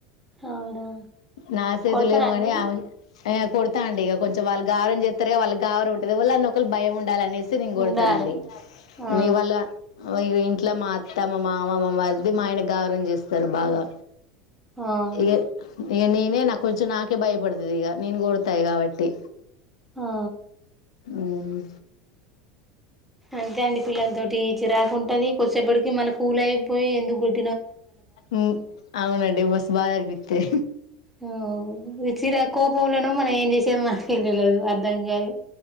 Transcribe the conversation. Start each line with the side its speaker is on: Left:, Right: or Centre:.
Centre: అవునా
Left: నా చేతులేమో
Centre: కొడతారా అండి
Left: గాని
Centre: మీరు
Left: కొడతా అండి ఇక కొంచెం వాళ్ళు గారం చేస్ పెరిగే వాళ్ళకి గారవం ఉంటది వాళ్ళ నోకాల్ భయం ఉంటది డాలనేసి నేనుగోడ
Centre: ఉండాలి
Left: ఆండి
Centre: ఆ
Left: మీ వాళ్ళ ఇంట్లో మా అత్ త్తమ, మామ మ మరిది మా ఆయన గారవం చేస్తారు బాగా
Centre: అవును
Left: ఇగ ఇగా ననే కొంచెం నాకే భయపడుతది ఇగా నేను కొడతా కాబట్టి
Centre: ఆ
Left: ఉమ్
Centre: అంతే అండి పిల్లలతోటీ చిరాకు ఉంటది కొసేపటికి మళ్ళీ కూల్ అయిపోయి ఎందుకు కొట్
Left: ఉమ్ అవునండి మస్ బాదనిపిత్తది
Centre: హమ్ చిరా కోపంలనో మనం ఏం చేసేది మనకే తెళలేదు అర్ధంగాదు